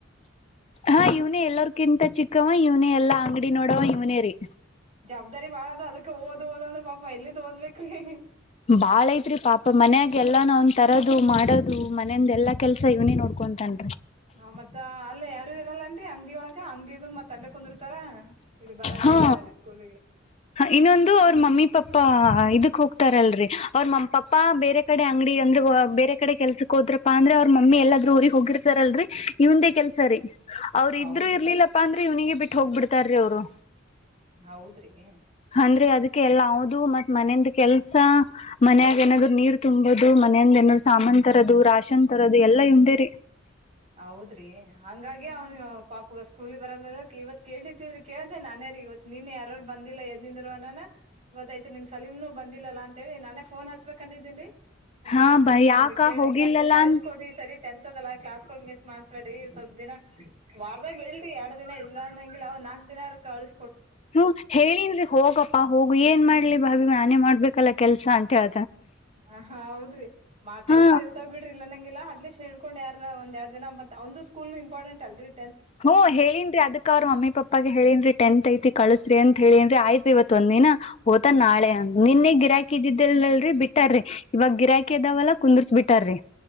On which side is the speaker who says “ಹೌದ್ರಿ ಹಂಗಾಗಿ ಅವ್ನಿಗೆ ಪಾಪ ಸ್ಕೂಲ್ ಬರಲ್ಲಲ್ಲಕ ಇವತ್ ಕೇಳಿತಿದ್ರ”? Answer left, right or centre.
Right